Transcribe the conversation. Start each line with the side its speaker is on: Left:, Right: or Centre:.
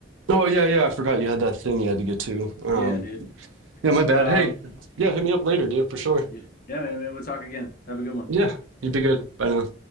Right: oh yeah, yeah, I forgot you had that thing you had to get to. Um
Left: Yeah, dude.
Right: yeah, my bad.
Left: But uh,
Right: Hey, yeah, hit me up later, dude, for sure.
Left: Yeah. yeah, man, maybe we'll talk again. Have a good one.
Right: Yeah, you'd be good. Bye now.